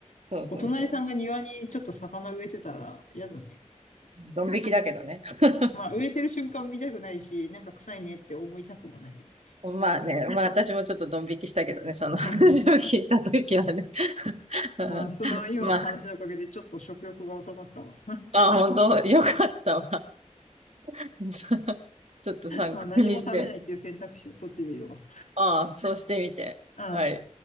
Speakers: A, on the right; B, on the left.
A: そうそうそう。
B: お隣さんが庭にちょっと魚植えてたら嫌だね。
A: ドン引きだけどね。<laughs>
B: まあ、植えてる瞬間見たくないし、なんか臭いねって思いたくもないよね。
A: まあね、まあ私もちょっとドン引きしたけどね、その話を聞いたときはね。
B: <laughs>
A: <laughs> うんまあ、
B: まあ、その今の話のおかげでちょっと食欲が収まったわ。
A: まあ本当よかったわ。<laughs> ちょっと参考にして。
B: まあ何も食べないっていう選択肢を取ってみるわ。
A: ああ、そうしてみて。
B: うん。
A: はい。